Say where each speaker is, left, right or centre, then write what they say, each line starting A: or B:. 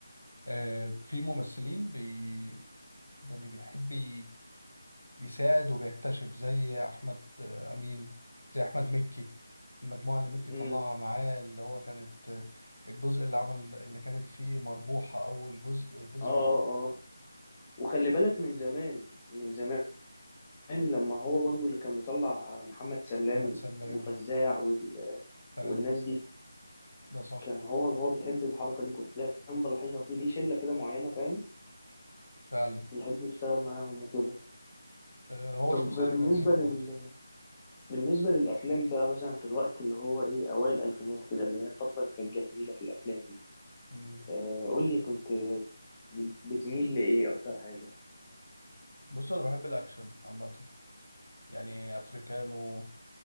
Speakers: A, on the left; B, on the left.
A: آه في ممثلين بي يعني بيحب ي- يساعد وبيكتشف زي احمد آه، امين زي احمد مكي المجموعه اللي مكي طلعها
B: امم
A: معاه اللي هو كانت آه، الجزء اللي عمل اللي كانت فيه مربوحه اول جزء تظهر
B: اه
A: في
B: اه وخلي بالك من زمان من زمان لما هو برضو اللي كان مطلع محمد سلام
A: محمد سلام
B: وفزاع وال...
A: فعلا
B: والناس دي
A: ده صح
B: كان هو هو بيحب الحركه دي كنت دايما بلاحظها فيه ليه شله كده معينه فاهم
A: فعلا
B: يحب يشتغل معاهم وكده
A: آه هو
B: طب
A: شخصيه
B: بالنسبه
A: جميله
B: لل
A: برضه
B: بالنسبة للأفلام بقى مثلا في الوقت اللي هو إيه أوائل الألفينات كده اللي هي الفترة اللي كانت جميلة في الأفلام دي
A: مم.
B: آه قول لي كنت بت- بتميل لإيه أكتر حاجة؟
A: بص انا بحب الاكشن عامه يعني افريكانو